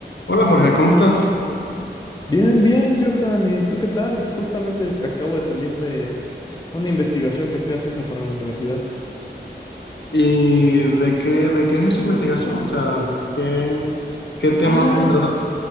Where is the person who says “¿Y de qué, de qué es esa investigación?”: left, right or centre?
Left